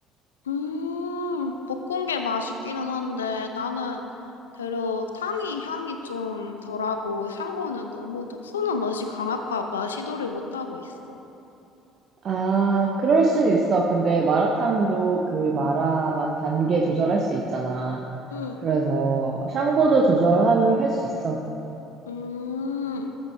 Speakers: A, on the left (about 80°); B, on the right (about 50°).
A: 음, 볶은 게 맛있기는 한데 나는 대려 탕이 향이 좀 덜하고 샹궈는 너무 톡 쏘는 맛이 강할까 봐 시도를 못 하고 있어.
B: 아, 그럴 순 있어. 근데 마라탕도 그 마라 맛 단계 조절할 수 있잖아.
A: 응,
B: 그래서 샹궈도 조절하면 할 수 있어.
A: 음,